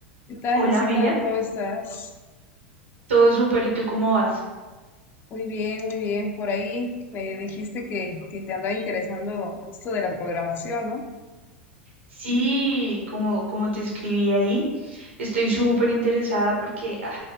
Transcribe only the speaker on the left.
¿Qué tal,
Jessica?
¿Cómo estás?
Muy bien, muy bien. Por ahí me dijiste que, que te andaba interesando esto de la programación, ¿no?